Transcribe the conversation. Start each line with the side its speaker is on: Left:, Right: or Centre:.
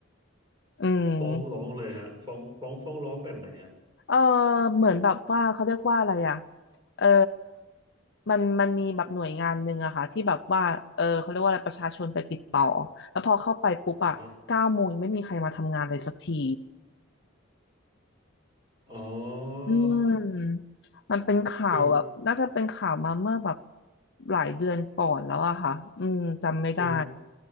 Left: อืม
Right: ฟ้องร้องเลยฮะฟ้องฟ้องฟ้องร้องแบบไหนฮะ
Left: เออเหมือนแบบว่าเขาเรียกว่าอะไรอ่ะเออมันมันมีแบบหน่วยงานหนึ่งอะค่ะที่แบบว่าเออเขาเรียกว่าอะไรประชาชนไปติดต่อแล้วพอเข้าไปปุ๊บอะเก้าโมงยังไม่มีใครมาทำงานเลยสักที
Right: อ่าฮะอ๋อ
Left: อืมมันเป็นข่าวแบบน่าจะเป็นข่าวมาเมื่อแบบ
Right: คือ
Left: หลายเดือนก่อนแล้วอะค่ะอืมจำไม่ได้
Right: คือ